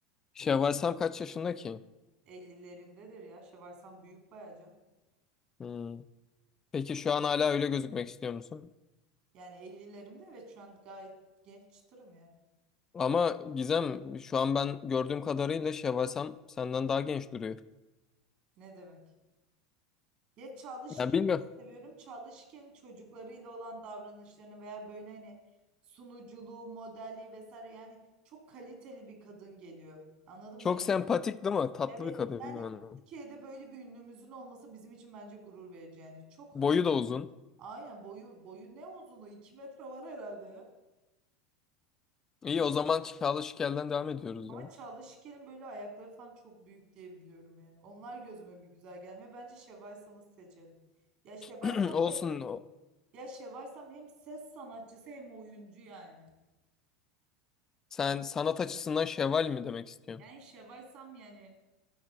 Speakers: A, on the left (about 20°); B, on the right (about 55°).
A: Şevval Sam kaç yaşında ki?
B: ellilerindedir ya. Şevval Sam büyük bayağı canım.
A: Hmm. Peki şu an hala öyle gözükmek istiyor musun?
B: Yani 50'lerimde evet şu an gayet genç çıtırım yani.
A: Ama Gizem şu an ben gördüğüm kadarıyla Şevval Sam senden daha genç duruyor.
B: Ne demek? Ya Çağla Şikel'i
A: Yani bilmiyorum.
B: de seviyorum. Çağla Şikel'in çocuklarıyla olan davranışlarını veya böyle hani sunuculuğu, modelliği vesaire yani çok kaliteli bir kadın geliyor. Anladın
A: Çok
B: mı? Yani,
A: sempatik değil mi? Tatlı
B: evet
A: bir kadın
B: yani
A: yani.
B: Türkiye'de böyle bir ünlümüzün olması bizim için bence gurur verici yani. Çok
A: Boyu
B: hoş.
A: da uzun.
B: Aynen boyu boyu ne uzunu 2 metre var herhalde ya.
A: İyi
B: Ne-
A: o zaman Çağla Şikel'den devam ediyoruz
B: Ama
A: ya.
B: Çağla Şikel'in böyle ayakları falan çok büyük diye biliyorum yani. Onlar gözüme bir güzel gelmiyor. Bence Şevval Sam'ı seçelim. Ya Şevval
A: <clears throat>
B: Sam
A: Olsun
B: da Ya Şevval Sam hem ses sanatçısı hem oyuncu yani.
A: Sen sanat açısından şeval mi demek istiyorsun?
B: Yani Şevval Sam yani